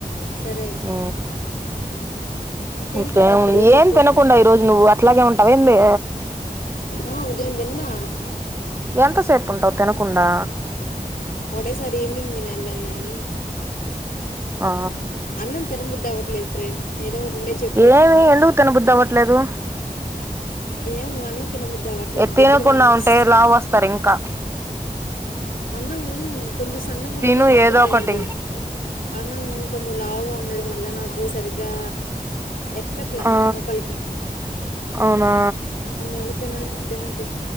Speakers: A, on the left; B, on the right.
A: సరే ఐతే
B: ఆ
A: ఇంకేం
B: ఇంకేముంది
A: సంగతులు చెప్పు
B: ఏం తినకుండా ఈ రోజు నువ్వు అట్లాగే ఉంటావ ఏంది
A: ఆ ఉదయందిన్నా
B: ఎంతసేపు ఉంటావు తినకుండా
A: ఒకటే సారి ఈవెనింగ్ తినేదం లే అని
B: ఆ
A: అన్నం తినబుద్ది అవట్లేదు ఫ్రెండ్ ఏదో ఒకటి ఉండే చెప్పు
B: ఏమి ఎందుకు తినబుద్ది అవ్వట్లేదు
A: ఏమో అన్నం తినబుద్ది అవ్వట్ల
B: ఏ తినకుండా
A: గడ్డి తినలనిపిస్తు
B: ఉంటే లావు వస్తారు ఇంకా
A: అన్నం కొంచెం సన్నగా
B: తిను
A: ఉండే తినబుద్దయ్యేది
B: ఏదో ఒకటి
A: అన్నం కొంచెం లావుగా ఉండడం వల్ల నాకు సరిగ్గా ఎక్కట్లా
B: ఆ
A: లోపలికి
B: అవునా
A: అందువల్ల తిన తినట్ల